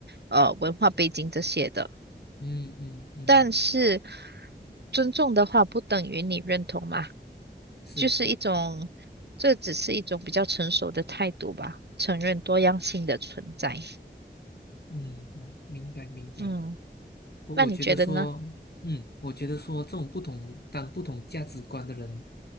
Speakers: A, on the right; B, on the left.
A: 呃文化背景这些的。
B: 嗯嗯嗯，
A: 但是尊重的话，不等于你认同嘛，
B: 是是是。
A: 就是一种，这只是一种比较成熟的态度吧，承认多样性的存在。
B: 嗯，啊，明白明白。
A: 嗯，
B: 我我觉得说，
A: 那你觉得呢？
B: 嗯，我觉得说这种不同当不同价值观的人，